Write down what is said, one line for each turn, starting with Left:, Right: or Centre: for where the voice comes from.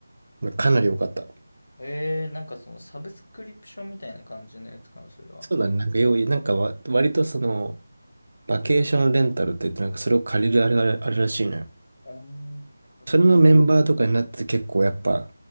Right: かなり良かった。
Left: えー、なんかそのサブスクリプションみたいな感じのやつかな、それは。
Right: そうだね、なんかよう、なんかわ割とその、バケーションレンタルって言って、なんかそれを借りるあれがあるあるらしいのよ。
Left: うーん、なるほど。
Right: それのメンバーとかになって結構やっぱ